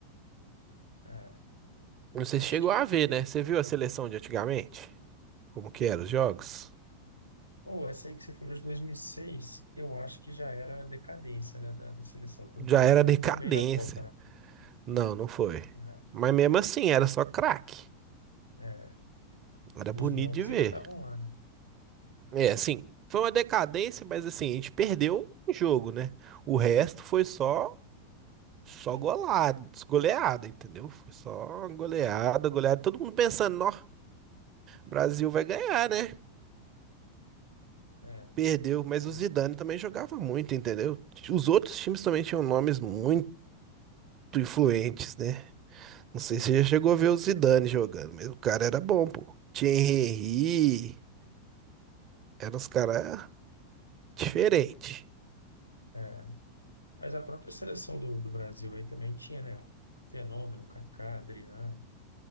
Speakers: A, on the left (about 85°); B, on the right (about 35°).
A: É,
B: Não sei
A: eu
B: se
A: acho
B: chegou
A: que,
B: a ver, né? Você viu a seleção de antigamente? Como que eram os jogos?
A: ou essa aí que você falou de 2006, eu acho que já era a decadência, né, da, da seleção, tanto
B: Já
A: é que
B: era
A: não foi
B: decadência.
A: tão bem na Copa,
B: Não, não foi.
A: né?
B: Mas mesmo assim, era só craque.
A: É, é,
B: Era
A: os
B: bonito
A: nomes
B: de ver.
A: ainda estavam lá, né?
B: É, assim, foi uma decadência, mas assim, a gente perdeu um jogo, né? O resto foi só só
A: Uhum.
B: golada, goleada, entendeu? Foi só goleada, goleada. Todo mundo pensando, ó, Brasil vai ganhar, né?
A: É,
B: Perdeu, mas
A: e
B: o
A: eu,
B: Zidane também jogava muito, entendeu? Os outros times também tinham nomes muito influentes, né? Não sei
A: é,
B: se você já chegou a ver o Zidane jogando, mas o cara era bom, pô. Thierry Henry, eram os caras diferentes.
A: é. Mas a própria seleção do, do Brasil aí também tinha, né? um Fenômeno, Kaká, Adriano,